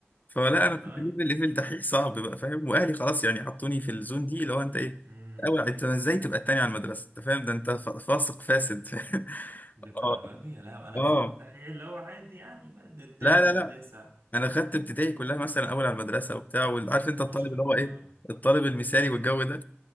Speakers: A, on the left; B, on the right.
A: فلا
B: والله
A: انا كنت الليفل الليفل دحيح صعب بقى فاهم واهلي خلاص يعني حطوني في الزون دي اللي هو انت ايه
B: امم
A: اول انت ازاي تبقى التاني على المدرسه انت فاهم ده انت ف- فاسق فاسد <laughs>
B: للدرجة
A: اه
B: دي يا لهوي انا
A: اه
B: افتكرت الدحيح اللي هو عادي يعني بقى ده الثامن
A: لا لا
B: التاسع
A: لا انا خدت ابتدائي كلها مثلا اول على المدرسه وبتاع وعارف انت الطالب
B: ما شاء
A: اللي
B: الله
A: هو ايه الطالب المثالي والجو ده